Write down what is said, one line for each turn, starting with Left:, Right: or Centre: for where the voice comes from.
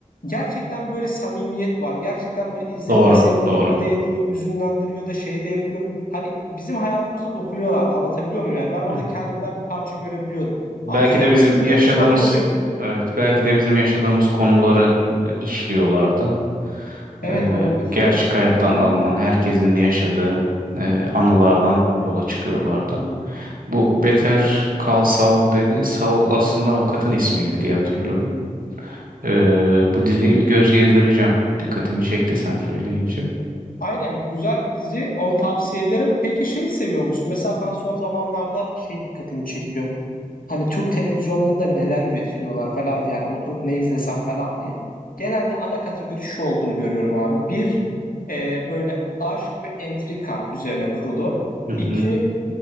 Left: gerçekten böyle samimiyet var. Gerçekten böyle izlediğinde
Right: Doğru.
Left: seni mutlu
Right: Doğru.
Left: da ediyor, üzünlendiriyor da şey de yapıyor. Hani bizim hayatımıza dokunuyorlardı anlatabiliyor muyum? Yani ben orada
Right: Evet.
Left: kendimden bir parça görebiliyordum.
Right: Belki
Left: Ama şimdiki
Right: de bizim
Left: dizilerin
Right: yaşadığımız
Left: çoğu da göremiyorum.
Right: evet belki de bizim yaşadığımız konuları e, işliyorlardı.
Left: Evet
Right: E,
Left: olabilir.
Right: gerçek hayattan alınan herkesin yaşadığı e, anılardan yola çıkıyorlardı. Bu Better Call Saul dediğin Saul aslında avukatın ismiydi diye hatırlıyorum. Ee, bu diziye bir göz gezdireceğim. Dikkatimi çekti sen söyleyince.
Left: Aynen güzel bir dizi. Onu tavsiye ederim. Peki şey seviyor musun? Mesela ben son zamanlarda şey dikkatimi çekiyor. Hani Türk televizyonlarında neler üretiliyorlar falan diye. Yani oturup ne izlesem falan diye. Genelde ana kategori şu olduğunu görüyorum abi. Bir, e, böyle aşk ve entrika üzerine kurulu.
Right: Hı
Left: İki,
Right: hı.